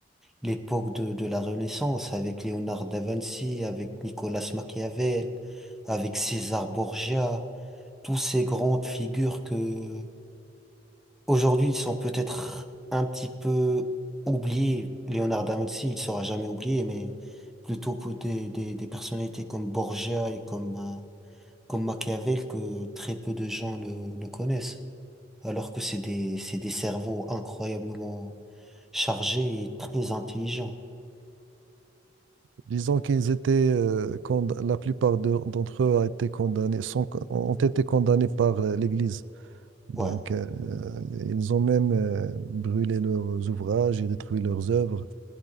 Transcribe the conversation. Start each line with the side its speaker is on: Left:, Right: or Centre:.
Centre: l'époque de, de la Renaissance avec Léonard da Vinci, avec Nicolas Machiavel, avec César Borgia, tous ces grandes figures que Aujourd'hui, ils sont peut-être un petit peu oubliés. Léonard da Vinci, il sera jamais oublié, mais plutôt pour des, des, des personnalités comme Borgia et comme, euh, comme Machiavel que très peu de gens le, le connaissent. Alors que c'est des, c'est des cerveaux incroyablement chargés et très intelligents.
Right: Disons qu'ils étaient, euh, cond- la plupart d'eux- d'entre eux a été condamnés, sont, ont été condamnés par euh, l'Église. Donc,
Centre: Ouais,
Right: euh, ils ont même euh, brûlé leurs ouvrages et détruit leurs œuvres.